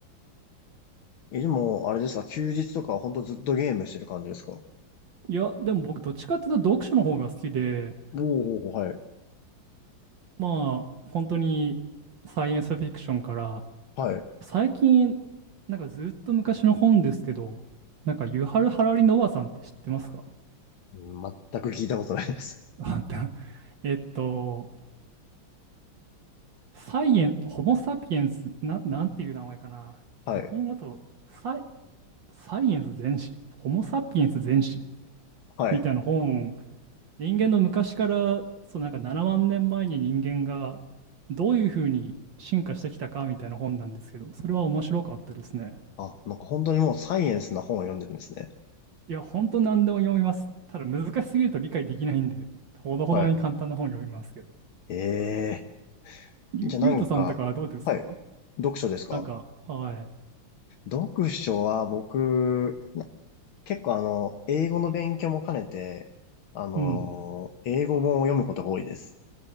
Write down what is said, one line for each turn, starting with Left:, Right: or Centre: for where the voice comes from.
Left: え、でも、あれですか、休日とかはほんとずっとゲームしてる感じですかお
Right: いや、でも僕どっちかっていうと読書の方が好きで、
Left: おー、はい、
Right: まあ、本当にサイエンスフィクションから、
Left: はい。
Right: 最近、なんかずっと昔の本ですけど、なんかユハル・ハラリ・ノバさんって知ってますか
Left: うん全く聞いたことないです。
Right: <laughs> えっと、サイエン、ホモ・サピエンス、な、なんていう名前かな。
Left: <laughs> はい、
Right: 日本語だとサイ、サイエンス全史、ホモ・サピエンス全史
Left: はい。
Right: みたいな本、人間の昔から、そうなんか7万年前に人間がどういうふうに進化してきたかみたいな本なんですけど、それは面白かったですね。
Left: あ、なんか本当にもうサイエンスな本を読んでるんですね。
Right: いや、ほんと何でも読みます。ただ難しすぎると理解できないんで、ほどほどに簡単な本読みますけど。
Left: はい。ええ
Right: ゆ、
Left: ー、じゃあなんか、
Right: ゆうとさんとかはどうですか
Left: はい。読書ですか
Right: なんか、はい。
Left: 読書は僕、結構あの、英語の勉強も兼ねて、あの英語本を読むことが多いです。
Right: うん。